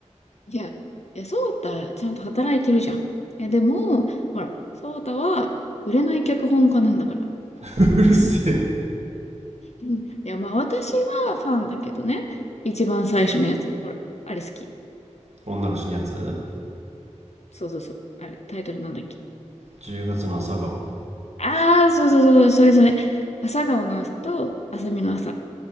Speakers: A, on the left; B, on the right.
A: いや、いや、ソータちゃんと働いてるじゃん。え、でも、ほら、ソータは売れない脚本家なんだから。
B: <laughs> うるせえ。
A: うんいや、まあ私はファンだけどね。一番最初のやつ。ほら、あれ好き。
B: 女が死ぬやつ
A: そうそうそう。あれ、タイトルなんだっけ。
B: ?10 月の朝顔。
A: ああ、そうそうそう、それそれ。朝顔の朝と朝見の朝。